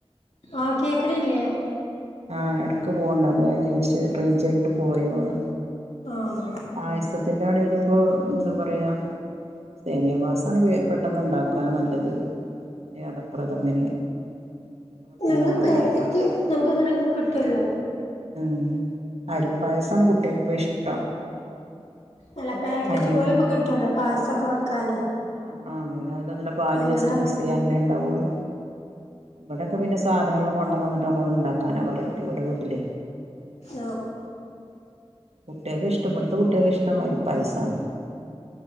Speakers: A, on the left (about 80°); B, on the right (about 80°).
A: ആഹ് കേക്കണില്ലേ
B: ആഹ് എടയ്ക്ക് പോകണ്ട അൾ ഞാൻ വിചാരിച്ച് റേഞ്ചയിട്ട് പോയന്ന്
A: ആഹ്
B: പായസത്തിന്റെ ആണെങ്കില ഇപ്പോ എന്താ പറയാ സേമിയ പായസാണ് പെട്ടെന്ന് ഉണ്ടാകാൻ നല്ലത് അല്ലെങ്കിൽ അടപ്രഥമന് അത് പെട്ടെന്നുണ്ടാക്കാം
A: ഞങ്ങള്ൾ പാക്കറ്റ്
B: അരിപ്പാ
A: നമക്ക് ഇങ്ങനെ കിട്ടുമല്ലോ
B: ഉം അരിപ്പായസമാണ് കുട്ടികക്കപ്പ ഇഷ്ടം
A: അല്ല പാക്കറ്റ്
B: അരി
A: പോലെ ഇപ്പോ കിട്ടുവല്ലോ പായസംക്കെ വെക്കാന്
B: ആഹ് ആഹ് പിന്നെ അതിലന്നല്ല പാല്
A: അങ്ങനെ
B: ജസ്റ്റ് മിക്സ് ചെയ്യാനല്ലേ ഉണ്ടാവുള്ളു ഇവിടെയക്കെന്നെ സാധനങ്ങൾ കൊണ്ടന്നിട്ട്മ്മള് ഉണ്ടാക്കാനാ പറയല് ഇവിടെ വീട്ടില്
A: ആഹ്
B: കുട്ടികൾക്ക് ഇഷ്ടം ഇവിടെത്തെ കുട്ടികൾക്ക് ഇഷ്ട പായസാണ്